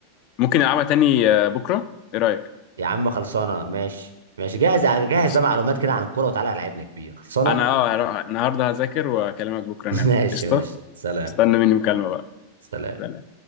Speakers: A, on the left (about 40°); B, on the right (about 70°).
A: ممكن نلعبها تاني آه، بكره ايه رايك
B: يا عم خلصانه ماشي ماشي جاهز جاهز
A: ماشي
B: بقى معلومات كده عن الكوره وتعالى لعبنا كبير خلصانه
A: انا اه هروح النهارده هذاكر واكلمك بكره
B: <laughs>
A: نعمل
B: ماشي
A: قشطه
B: ماشي سلام
A: استنى مني مكالمه بقى
B: سلام
A: سلام.